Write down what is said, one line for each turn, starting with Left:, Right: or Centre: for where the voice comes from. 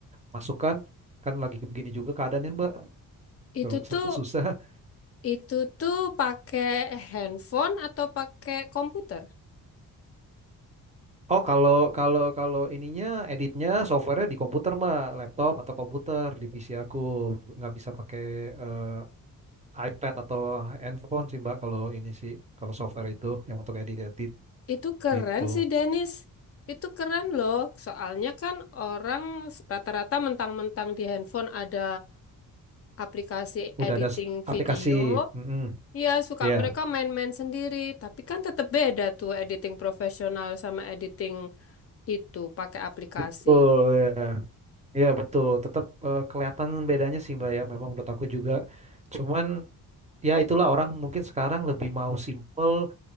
Right: masukan kan lagi begini juga keadaannya Mbak.
Left: Itu
Right: Seru- seru-
Left: tuh
Right: Susah.
Left: itu tuh pakai handphone atau pakai komputer?
Right: Oh, kalau kalau kalau ininya editnya softwarenya di komputer mah, laptop atau komputer di PC aku nggak bisa pakai eh, iPad atau handphone sih Mbak kalau ini sih kalau software itu yang untuk edit edit
Left: Itu keren
Right: gitu.
Left: sih Dennis. Itu keren loh. Soalnya kan orang rata-rata mentang-mentang di handphone ada aplikasi
Right: Udah
Left: editing
Right: ada s-
Left: video.
Right: aplikasi. Mm-mm.
Left: Ya, suka
Right: Ya,
Left: mereka main-main sendiri. Tapi kan tetap beda tuh editing profesional sama editing itu pakai aplikasi.
Right: Betul ya. Ya betul. Tetap eh, kelihatan bedanya sih Mbak ya. Memang menurut aku juga. Cuman ya itulah orang mungkin sekarang lebih mau simple